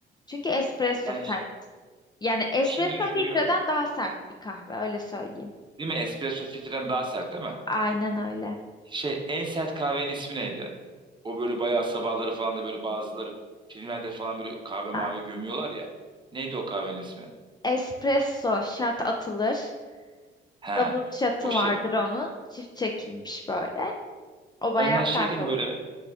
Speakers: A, on the left; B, on the right.
A: Çünkü espresso
B: Yani
A: sert.
B: ş-
A: Yani espresso
B: şimdi düşünüyorum.
A: filtreden daha sert bir kahve öyle söyleyeyim.
B: Değil mi? Espresso filtreden daha sert değil mi?
A: Aynen öyle.
B: Şey en sert kahvenin ismi neydi? O böyle bayağı sabahları falan da böyle bazıları filmlerde falan böyle kahve mavi
A: <laughs>
B: gömüyorlar ya. Neydi o kahvenin ismi?
A: Espresso shot atılır.
B: He.
A: Double shot'ı
B: O şey.
A: vardır onun. Çift çekilmiş böyle. O bayağı
B: Onlar şeyden
A: sert olur.
B: böyle